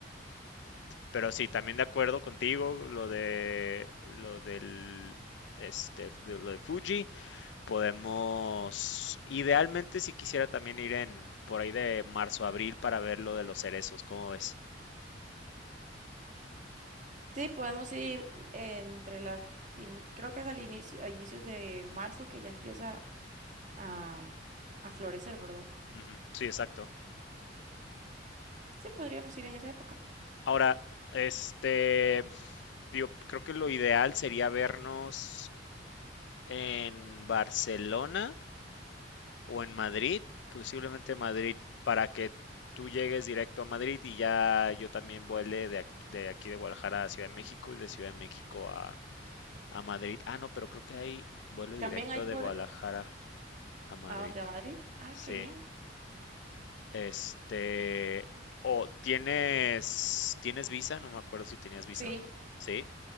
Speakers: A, on the left; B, on the right.
A: Pero sí, también de acuerdo contigo, lo de, lo del, este, de lo de Fuji, podemos, idealmente si quisiera también ir en, por ahí de marzo, abril para ver lo de los cerezos, ¿cómo ves?
B: Sí, podemos ir entre las fin, creo que es al inicio, a inicios de marzo que ya empieza a, a florecer, ¿verdad?
A: Ujú, Sí, exacto.
B: Sí, podríamos ir en esa época.
A: Ahora, este, digo, creo que lo ideal sería vernos en Barcelona o en Madrid, posiblemente Madrid, para que tú llegues directo a Madrid y ya yo también vuele de aquí de, aquí de Guadalajara a Ciudad de México y de Ciudad de México a, a Madrid. Ah, no, pero creo que hay vuelo
B: También
A: directo
B: hay
A: de
B: por
A: Guadalajara a Madrid.
B: a dónde a Madrid. Ah,
A: Sí.
B: qué bien.
A: Este, o tienes, ¿tienes visa? No me acuerdo si tenías visa
B: Sí,
A: o no. Sí.